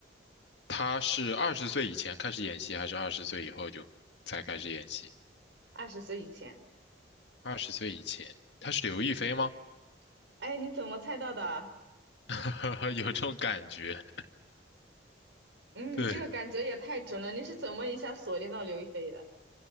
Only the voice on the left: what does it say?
他是二十岁以前开始演戏，还是二十岁以后就才开始演戏？
二十岁以前，他是刘亦菲吗？
<laughs> 有这种感觉，
对，